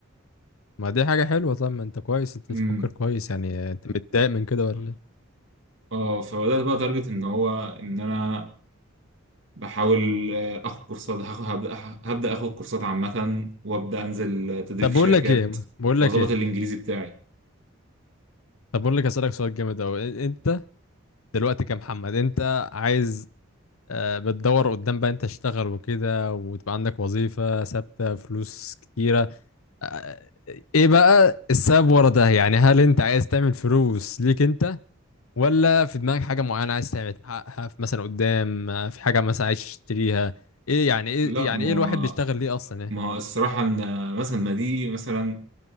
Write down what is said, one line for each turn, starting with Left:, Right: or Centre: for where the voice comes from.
Left: ما دي حاجة حلوة طب ما انت كويس انت
Right: امم
Left: تفكر كويس يعني انت متضايق من كده ولا ايه
Right: اه فبدأت بقى تارجت ان هو ان انا بحاول آه، اخد كورسات هاخد هبدأ هبدأ اخد كورسات عامة وابدأ انزل آه، تدريب
Left: طب
Right: في
Left: بقول
Right: شركات
Left: لك ايه بقول
Right: واظبط
Left: لك ايه
Right: الانجليزي بتاعي
Left: طب بقول لك اسألك سؤال جامد اوي انت دلوقتي كمحمد انت عايز آه، بتدور قدام بقى انت تشتغل وكده وتبقى عندك وظيفة ثابتة فلوس كتيرة آه، آه، ايه بقى السبب ورا ده يعني هل انت عايز تعمل فلوس ليك انت ولا في دماغك حاجة معينة عايز تعمل تحققها في مثلا قدام آه، في حاجة مثلا عايز تشتريها ايه يعني ايه
Right: لا
Left: يعني
Right: ما
Left: ايه الواحد بيشتغل ليه اصلا ايه
Right: ما الصراحة ان آه، مثلا ما دي مثلا